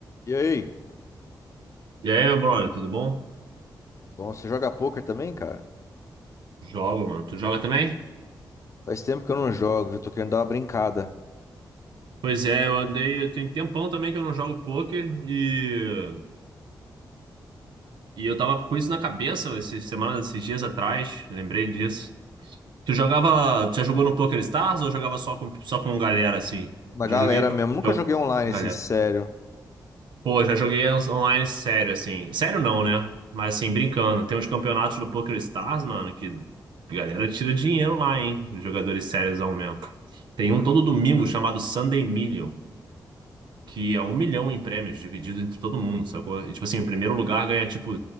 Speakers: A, on the left; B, on the right.
A: E aí?
B: E aí, meu brother, tudo bom?
A: Bom, você joga poker também, cara?
B: Jogo, mano. Tu joga também?
A: Faz tempo que eu não jogo, eu tô querendo dar uma brincada.
B: Pois é, eu andei. Eu tenho tempão também que eu não jogo poker e. E eu tava com isso na cabeça essas semanas, esses dias atrás. Lembrei disso. Tu jogava. Tu já jogou no Poker Stars ou jogava só com, só com galera assim?
A: Na
B: Eu
A: galera
B: já joguei.
A: mesmo, nunca
B: Jogo.
A: joguei online
B: Galera.
A: assim, sério.
B: Pô, já joguei uns online sério, assim. Sério não, né? Mas assim, brincando. Tem uns campeonatos do Poker Stars, mano, que a galera tira dinheiro lá, hein? Os jogadores sérios ao mesmo. Tem um todo domingo chamado Sunday Million, que é um milhão em prêmios dividido entre todo mundo, sacou? E, tipo assim, o primeiro lugar ganha, tipo...